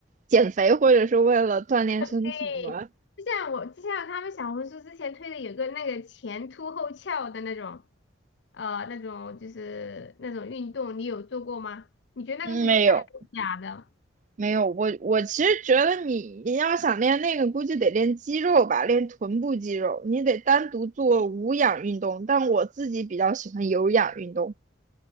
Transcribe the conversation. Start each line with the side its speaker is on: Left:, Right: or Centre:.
Right: 减肥或者是为了锻炼身体嘛。
Left: 对，就像我就像他们小红书之前推的有个那个前凸后翘的那种，呃那种就是那种运动，你有做过吗？你觉得那个是真的还是假的？
Right: 嗯，没有没有，我我其实觉得你你要想练那个，估计得练肌肉吧，练臀部肌肉，你得单独做无氧运动，
Left: 嗯
Right: 但我自己比较喜欢有氧运动。